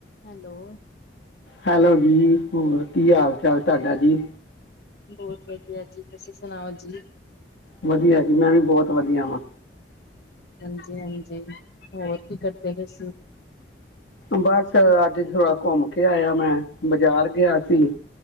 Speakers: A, on the left; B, on the left.
A: Hello
B: hello ਜੀ, ਹੋਰ ਕੀ ਹਾਲ ਚਾਲ ਤੁਹਾਡਾ ਜੀ।
A: ਬਹੁਤ ਵਧੀਆ ਜੀ, ਤੁਸੀਂ ਸੁਣਾਓ ਜੀ,
B: ਵਧੀਆ ਜੀ ਮੈਂ ਵੀ ਬਹੁਤ ਵਧੀਆ ਵਾਂ।
A: ਹਾਂਜੀ-ਹਾਂਜੀ ਹੋਰ ਕੀ ਕਰਦੇ ਪਏ ਸੀ।
B: ਬਸ ਅੱਜ ਥੋੜਾ ਘੁੰਮ ਕੇ ਆਇਆ ਮੈਂ, ਬਾਜ਼ਾਰ ਗਿਆ ਸੀ।